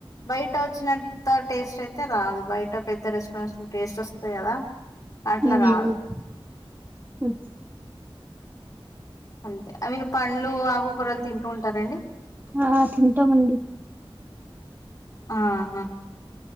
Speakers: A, on the left; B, on the right.
A: బయట వచ్చినంత టేస్ట్ అయితే రాదు బయట పెద్ద రెస్టారెంట్స్ లో టేస్ట్ వస్తాయి కదా
B: <inaudible>
A: అట్లా రాదు అంతే అవి పళ్ళు ఆగు కురలు తింటు ఉంటారండి
B: ఆ తింటామండి
A: ఆహా